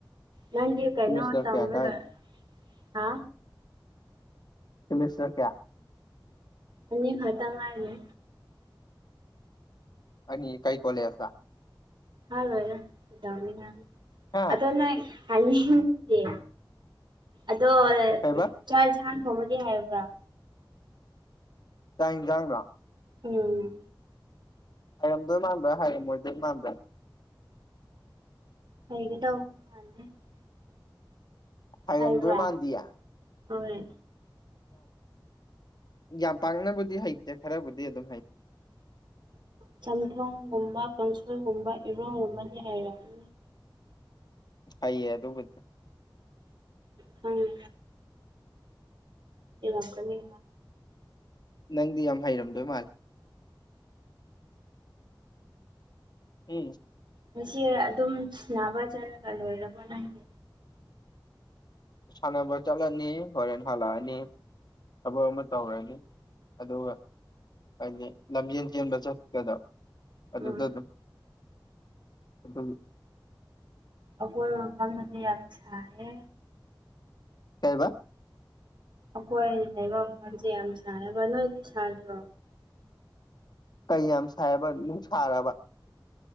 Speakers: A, on the right; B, on the left.
A: ꯅꯪꯗꯤ ꯀꯩꯅꯣ
B: ꯁꯤꯃꯤꯁꯇꯔ
A: ꯇꯝꯕ
B: ꯀꯌꯥ ꯀꯥꯏ
A: ꯂꯣꯏ ꯍꯥ
B: ꯀꯣꯂꯦꯖ ꯆꯠꯄꯔꯥ
A: ꯑꯅꯤ ꯈꯇꯪ ꯉꯥꯏꯔꯤꯅꯦ
B: ꯑꯅꯤ ꯀꯩ ꯀꯣꯂꯦꯖꯇꯥ
A: ꯍꯥꯏꯔꯣꯏꯗꯥ ꯀꯩꯗꯧꯅꯤ ꯍꯥꯏꯔꯥ
B: ꯍꯥ
A: ꯑꯗꯣ ꯅꯪ ꯍꯥꯏꯅꯤꯡꯗꯦ ꯑꯗꯣ
B: ꯀꯩꯕ
A: ꯆꯥꯛ ꯏꯟꯁꯥꯡ ꯊꯣꯡꯕꯗꯤ ꯍꯩꯔꯕ꯭ꯔꯥ
B: ꯆꯥꯛ ꯏꯟꯖꯥꯡꯔꯣ
A: ꯎꯝ
B: ꯍꯩꯔꯝꯗꯣꯏ ꯃꯥꯟꯕ꯭ꯔꯥ ꯍꯩꯔꯝꯃꯣꯏꯗꯣꯏ ꯃꯥꯟꯕ꯭ꯔꯥ
A: ꯍꯩꯒꯗꯧ <inaudible>
B: ꯍꯩꯔꯝꯗꯣꯏ
A: ꯍꯥꯏꯕ꯭ꯔꯥ
B: ꯃꯥꯟꯗꯤꯌꯦ
A: ꯍꯣꯏ
B: ꯌꯥꯝ ꯄꯥꯡꯅꯕꯨꯗꯤ ꯍꯩꯇꯦ ꯈꯔꯕꯨꯗꯤ ꯑꯗꯨꯝ ꯍꯩ
A: ꯆꯝꯊꯣꯡꯒꯨꯝꯕ ꯀꯥꯡꯁꯣꯏꯒꯨꯝꯕ ꯏꯔꯣꯡꯒꯨꯝꯕꯗꯤ ꯍꯥꯏꯔꯝꯅꯤ
B: ꯍꯩꯌꯦ ꯑꯗꯨꯕꯨꯗꯤ
A: ꯍꯌꯦꯡ ꯂꯀꯅꯤ
B: ꯅꯪꯗꯤ ꯌꯥꯝ ꯍꯩꯔꯝꯗꯣꯏ ꯃꯥꯜꯂꯤ ꯎꯝ
A: ꯉꯁꯤ ꯑꯗꯨꯝ ꯁꯅꯕ ꯆꯠꯂꯒ ꯂꯣꯏꯔꯕꯣ ꯅꯪꯒꯤ
B: ꯁꯥꯟꯅꯕ ꯆꯠꯂꯅꯤ ꯍꯣꯔꯦꯟ ꯍꯜꯂꯛꯑꯅꯤ ꯊꯕꯛ ꯑꯃ ꯇꯧꯔꯅꯤ ꯑꯗꯨꯒ ꯍꯥꯏꯗꯤ ꯂꯝꯖꯦꯟ ꯆꯦꯟꯕ ꯆꯠꯄꯗ ꯑꯗꯨꯗꯥ
A: ꯎꯝ
B: ꯑꯗꯨꯝ ꯑꯗꯨꯒꯤ
A: ꯑꯈꯣꯏ ꯃꯐꯝꯗꯗꯤ ꯌꯥꯝ ꯁꯥꯏꯌꯦ
B: ꯀꯩꯕꯥ
A: ꯑꯩꯈꯣꯏ ꯂꯩꯕ ꯃꯐꯝꯁꯦ ꯌꯥꯝ ꯁꯥꯏ ꯍꯥꯏꯕꯥ ꯅꯣꯏ ꯑꯗꯨ ꯁꯥꯗ꯭ꯔꯣ
B: ꯀꯩ ꯌꯥꯝ ꯁꯥꯏꯔꯕ ꯅꯨꯡ ꯁꯥꯔꯕ